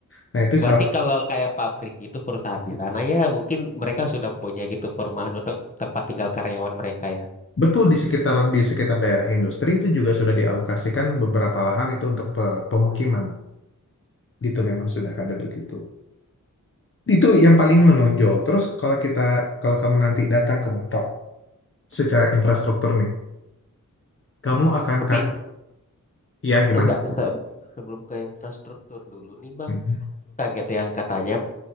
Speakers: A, on the left; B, on the left.
A: Nah, itu
B: Berarti
A: salah-
B: kalau kayak pabrik gitu perusahaan di sana ya mungkin mereka sudah punya gitu perumahan untuk tempat tinggal karyawan mereka ya.
A: betul di sekitar di sekitar daerah industri itu juga sudah dialokasikan beberapa lahan itu untuk pe- pemukiman. Itu memang sudah ada begitu. Itu yang paling menonjol. Terus kalau kita kalau kamu nanti datang ke Batok secara infrastruktur nih, kamu akan
B: Tapi
A: kaget ya gimana?
B: enggak se- sebelum ke infrastruktur dulu nih Bang.
A: Mhm.
B: Aku tuh kaget yang katanya